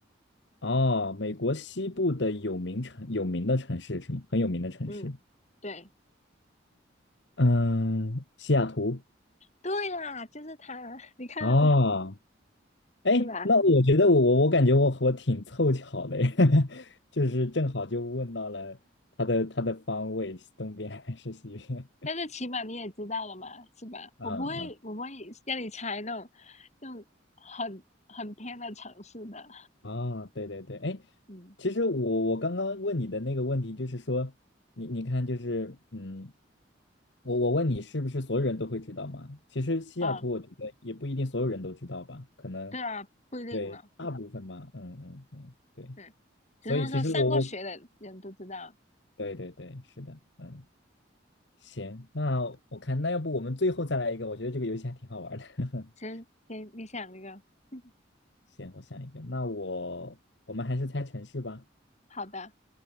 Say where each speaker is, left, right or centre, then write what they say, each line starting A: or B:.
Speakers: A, on the left; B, on the left.
A: 哦，美国西部的有名城有名的城市是吗？很有名的城市。
B: 嗯，对
A: 嗯，西雅图。
B: 对啦，就是它，你看
A: 哦，哎，
B: 是吧？
A: 那我觉得我我我感觉我我挺凑巧的耶，<laughs> 就是正好就问到了它的它的方位，是东边还是西边
B: 但是起码你也知道了嘛，是吧？
A: <laughs>？
B: 我不会，
A: 嗯嗯，
B: 我不会让你猜那种那种很很偏的城市的，
A: 啊，对对对，哎，
B: 嗯
A: 其实我我刚刚问你的那个问题就是说，你你看就是嗯，我我问你是不是所有人都会知道嘛？其实西雅图我觉得也不一定所有人都知道吧，
B: 啊。
A: 可能
B: 对啊，不一定了。
A: 对大部分吧，嗯嗯嗯，对，
B: 对，只能说上过学的人都知道。
A: 所以其实我我对对对，是的，嗯。行，那我看，那要不我们最后再来一个？我觉得这个游戏还挺好玩的。<laughs>
B: 行，行，你想一个。<laughs>
A: 行，我想一个，那我我们还是猜城市吧。
B: 好的，